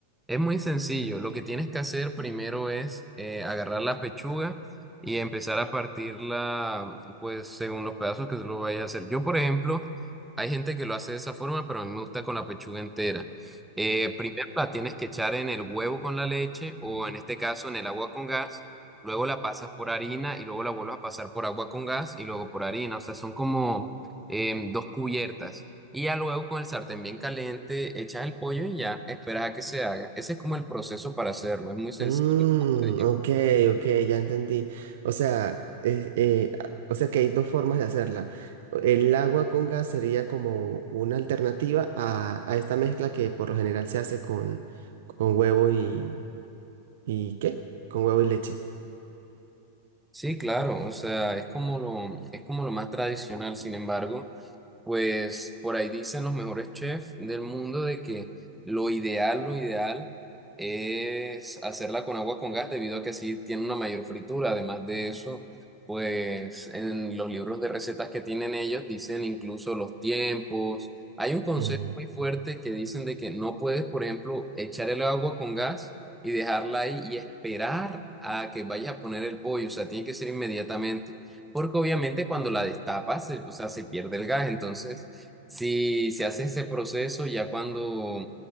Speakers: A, in the centre; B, on the right.
A: es muy sencillo. Lo que tienes que hacer primero es eh, agarrar la pechuga y empezar a partirla, pues, según los pedazos que tú lo vayas a hacer. Yo, por ejemplo, hay gente que lo hace de esa forma, pero a mí me gusta con la pechuga entera. Eh, primero la tienes que echar en el huevo con la leche o en este caso en el agua con gas. Luego la pasas por harina y luego la vuelves a pasar por agua con gas y luego por harina. O sea, son como em, dos cubiertas. Y ya luego con el sartén bien caliente, echas el pollo y ya, esperas a que se haga. Ese es como el proceso para hacerlo, es muy sencillo.
B: Mm,
A: como te digo.
B: ok, ok, ya entendí. O sea, eh, eh, a- o sea que hay dos formas de hacerla. O- El agua con gas sería como una alternativa a, a esta mezcla que por lo general se hace con, con huevo y, y ¿qué? Con huevo y leche.
A: Sí, claro, o sea, es como lo, es como lo más tradicional. Sin embargo, Pues por ahí dicen los mejores chefs del mundo de que lo ideal, lo ideal es hacerla con agua con gas debido a que así tiene una mayor fritura. Además de eso, pues en los libros de recetas que tienen ellos dicen incluso los tiempos. Hay un consejo
B: Mm,
A: muy fuerte que dicen de que no puedes, por ejemplo, echar el agua con gas y dejarla ahí y esperar a que vayas a poner el pollo. O sea, tiene que ser inmediatamente. Porque obviamente cuando la destapas, se- o sea, se pierde el gas. Entonces, si se hace ese proceso ya cuando,